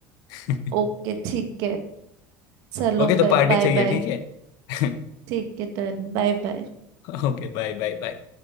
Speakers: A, on the left; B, on the right.
A: <laughs>
B: ओके ठीक है चलो
A: ओके तो
B: फिर
A: पार्टी
B: बाय
A: चाहिए
B: बाय
A: ठीक है <laughs>
B: ठीक है डन बाय बाय
A: Okay bye bye bye